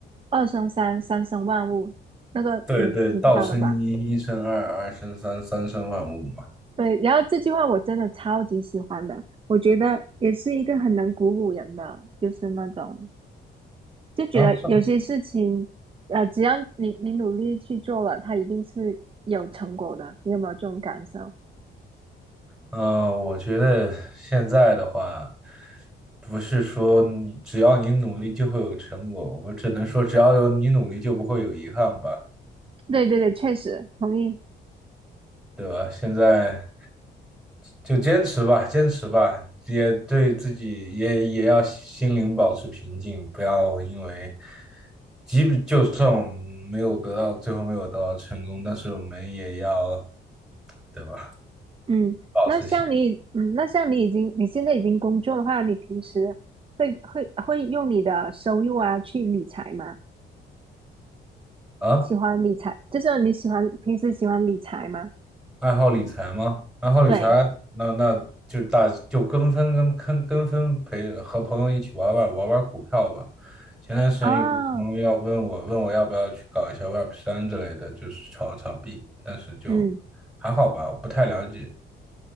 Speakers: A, on the right; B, in the centre.
A: 二生三，三生万物”？那个你你知道的吧？
B: 对对，道生一，一生二，二生三，三生万物嘛。
A: 对，然后这句话我真的超级喜欢的，我觉得也是一个很能鼓舞人的，就是那种就觉得有些事情，
B: 啊，是。
A: 呃，只要你你努力去做了，它一定是有成果的。你有没有这种感受？
B: 嗯、呃我觉得现在的话，不是说你只要你努力就会有成果，我只能说只要有你努力就不会有遗憾吧，
A: 对对对，确实同意。
B: 对吧？现在就坚持吧，坚持吧，也对自己也也要心灵保持平静，不要因为，即便就算我们没有得到，最后没有得到成功，但是我们也要，对吧？
A: 嗯，
B: 保持兴
A: 那像你，嗯，那像你已经你现在已经工作的话，你平时会会会用你的收入啊去理财吗？
B: 啊，
A: 你喜欢理财，就是你喜欢平时喜欢理财吗？
B: 爱好理财吗？爱好理财，
A: 对，
B: 那那就大就跟风跟跟跟风陪和朋友一起玩玩玩玩股票吧。前段时间有个朋友要问我，
A: 哦，
B: 问我要不要去搞一下 Web 三之类的，就是炒炒币，但是就还好吧，
A: 嗯。
B: 我不太了解。